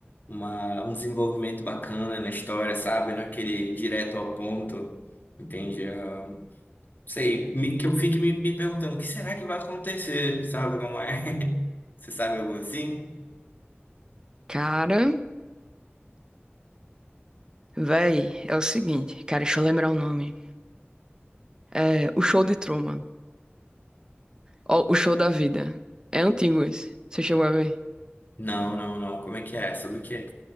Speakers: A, on the left; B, on the right.
A: uma, um desenvolvimento bacana na história, sabe? não é aquele direto ao ponto, entende? Ah, sei, me- que eu fique me, me perguntando, o que será que vai acontecer, sabe como é? <laughs> Você sabe algo assim?
B: Cara, véi, é o seguinte, cara, deixa eu lembrar o nome. É O Show de Truman. Ó, O Show da Vida. É antigo esse. Você chegou a ver?
A: Não, não, não. Como é que é? Sobre o quê?